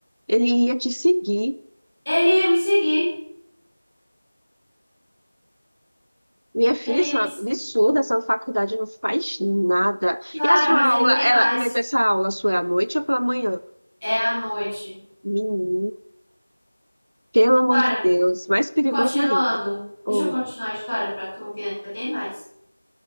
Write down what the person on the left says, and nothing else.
Ele ia me seguir.
Ele
ia me
seguir.
Clara,
mas ainda
tem
mais.
É a noite.
Clara,
continuando.
Deixa eu continuar a história pra tu, que ainda tem mais.